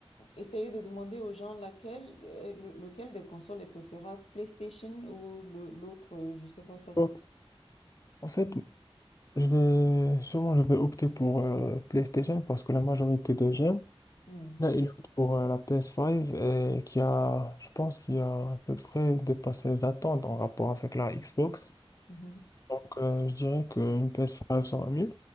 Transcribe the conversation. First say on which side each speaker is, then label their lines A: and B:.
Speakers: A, on the left (about 85°); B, on the left (about 35°).
A: essayé de demander aux gens laquelle, euh, le- lequel des consoles est préférable, PlayStation ou le- l'autre, euh, je sais pas ça. se-
B: Xbox. En fait, je vais sûrement je vais opter pour euh, PlayStation parce que la majorité des gens,
A: hmm,
B: là, ils optent pour euh, la PS5 et qui a, je pense, qui a à peu près dépassé les attentes en rapport avec la Xbox.
A: Mhm.
B: Donc, euh, je dirais qu'une PS5 sera mieux.